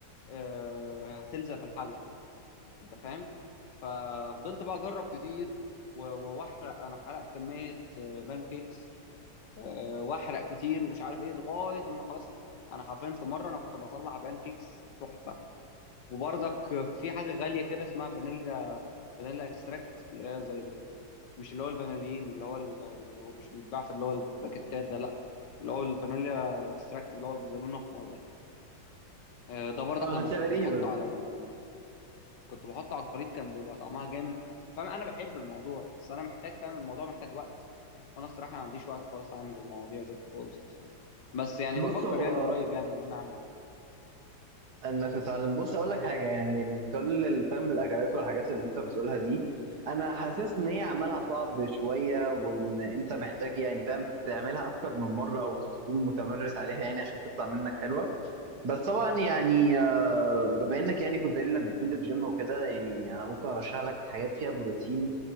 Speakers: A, on the left; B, on the right.
A: آه، هتلزق في الحل انت فاهم ففضلت بقى اجرب كتير و- واحرق انا حرقت كميه آه، بان كيكس آه، واحرق كتير ومش عارف ايه لغايه اما خلاص انا حرفيا في مره انا كنت بطلع بان كيكس تحفه وبرضك في حاجه غاليه كده اسمها فانيليا فانيليا اكستراكت اللي هي زي ال- مش اللي هو الفانيلين اللي هو ال- اللي هو مش بيتباع في اللي هو الباكيتات ده لا اللي هو الفانيليا اكستراكت اللي هو بيبقى لونه احمر ده آه، ده برضك
B: آه
A: لما
B: تقريبا
A: كنت بحطه على ال... كنت بحطه على الخليط كان بيبقى طعمها جامد فاهم انا بحب الموضوع بس انا محتاج فاهم الموضوع محتاج وقت وانا الصراحه ما عنديش وقت خالص اعمل المواضيع دي خالص يعني. بس يعني
B: بص
A: بفكر
B: هو
A: يعني قريب يعني ان انا اعمل
B: انك تتعلم بص اقول لك حاجه يعني ال- كل الفهم الاكلات والحاجات اللي انت بتقولها دي انا حاسس ان هي عملها صعب شويه وان انت محتاج يعني فاهم تعملها اكتر من مره او تكون متمرس عليها يعني عشان تطلع منك حلوه بس طبعا يعني آه، بما انك يعني كنت قايل انك بتنزل جيم وكده يعني انا ممكن ارشح لك حاجات فيها بروتين